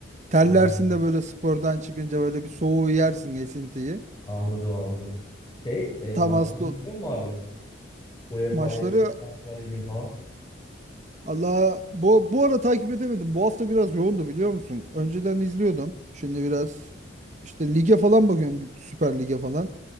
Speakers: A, on the right; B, on the left.
A: Terlersin
B: Ha,
A: de böyle spordan çıkınca böyle bir soğuğu yersin esintiyi.
B: anladım anladım. Şey e,
A: Tam
B: maçları
A: aslında
B: izliyor mu abi? UEFA'yı,
A: maçları
B: Şampiyonlar Ligi'ni falan.
A: Allah bu bu ara takip edemedim. Bu hafta biraz yoğundu biliyor musun? Önceden izliyordum. Şimdi biraz işte lige falan bakıyorum Süper Lig'e falan.